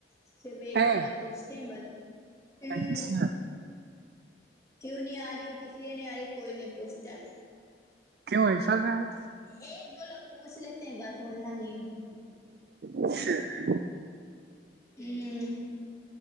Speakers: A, on the left; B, on the right.
A: صرف ایک
B: ہے
A: دو لوگ پوچھتے ہیں بس ہوں
B: اچھا
A: کیوں نہیں آ رہی ہ کس لیے نہیں آ رہی کوئی نہیں پوچھتا
B: کیوں ایسا کا ہے
A: ایک دو لوگ پوچھ لیتے ہیں بس مورنا نہیں
B: اچھا <inaudible>
A: <inaudible>